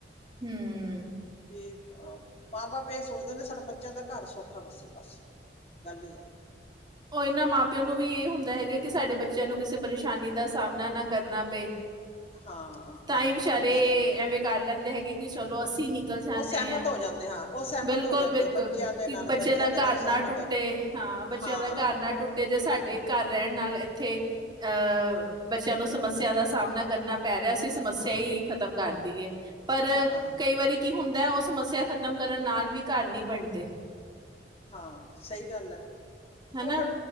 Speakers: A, on the right; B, on the left.
A: ਹਮ
B: ਵੀ ਆ। ਮਾਂ ਬਾਪ ਇਹ ਸੋਚਦੇ ਨੇ ਸਾਡਾ ਬੱਚ ਬੱਚਿਆਂ ਦਾ ਘਰ ਸੌਖਾ ਵਸੇ ਬਸ, ਗੱਲ ਏਹ ਐ।
A: ਉਹ ਇਹਨਾਂ ਮਾਂ ਪਿਓ ਨੂੰ ਵੀ ਇਹ ਹੁੰਦਾ ਹੈਗਾ ਕਿ ਸਾਡੇ ਬੱਚਿਆਂ ਨੂੰ ਕਿਸੇ ਪਰੇਸ਼ਾਨੀ ਦਾ ਸਾਹਮਣਾ ਨਾ ਕਰਨਾ ਪਏ।
B: ਹਾਂ
A: ਤਾਂ
B: ਹਾਂ
A: ਇ ਵਿਚਾਰੇ
B: ਹਾਂ ਸਹੀ
A: ਐਵੇਂ ਕਰ ਲੈਂਦ। ਐ ਹੈਗੇ ਕਿ ਚਲੋ ਅਸੀਂ ਨੀ ਕਲ ਜਾਂਨੇ
B: ਉਹ ਸਹਿਮਤ
A: ਆਂ
B: ਹੋ ਜਾਂਦੇ ਹਾਂ ਉਹ ਸਹਿਮਤ
A: ਬਿਲਕੁਲ-
B: ਹੋ ਜਾਂਦੇ
A: ਬਿਲਕੁਲ
B: ਆ ਬੱਚਿਆਂ ਦੇ
A: ਕਿ
B: ਨਾਲ
A: ਬੱਚੇ
B: ਬੱਚਿਆਂ
A: ਦਾ
B: ਦੇ
A: ਘਰ
B: ਨਾਲ ਸਹਿਮਤ
A: ਨਾ ਟੁੱਟੇ ਹਾਂ ਬੱਚਿਆਂ
B: ਹਾਂ
A: ਦਾ ਘਰ ਨਾ
B: ਉਹ
A: ਟੁੱਟੇ ਜੇ ਸਾਡੇ ਘਰ ਰਹਿਣ ਨਾਲ ਏਥੇ ਆ ਬੱਚਿਆ ਨੂੰ ਸਮੱਸਿਆ ਦਾ ਸਾਮਣਾ ਕਰਨਾ ਪ ਪੈਰ ਅਸੀ ਸਮੱਸਿਆ
B: ਹਾਂ
A: ਹੀ ਖ਼ਤਮ ਕਰਤੀ ਏ। ਪਰ,
B: ਹਾਂ
A: ਕਈ ਵਾਰੀ ਕੀ ਹੁੰਦਾ ਉਹ ਸਮੱਸਿਆ ਖਤਮ ਤਮ ਕਰਨ ਨਾਲ ਵੀ ਘਰ ਨੀ ਬਣਦੇ।
B: ਹਾਂ ਸਹੀ ਗੱਲ ਏ। ਉਹ
A: ਹਨਾ
B: ਫਿਰ